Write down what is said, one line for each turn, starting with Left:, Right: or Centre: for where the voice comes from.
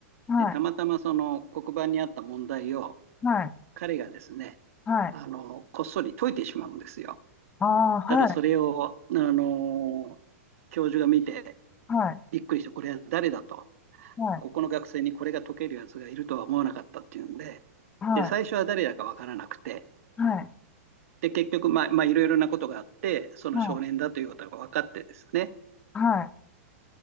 Left: はい、
Right: で、たまたまその黒板にあった問題を、
Left: はい、
Right: 彼がですね、
Left: はい、
Right: あの、こっそり解いてしまうんですよ。
Left: ああ、はい、
Right: ただそれを、あの、教授が見て、
Left: はい、
Right: びっくりして、これは誰だと。
Left: はい、
Right: ここの学生にこれが解けるやつがいるとは思わなかったっていうんで、
Left: はい、
Right: で、最初は誰だかわからなくて、
Left: はい、
Right: で、結局、まあ、まあ、いろいろなことがあって、その少年だということが分かってですね。
Left: はい、はい、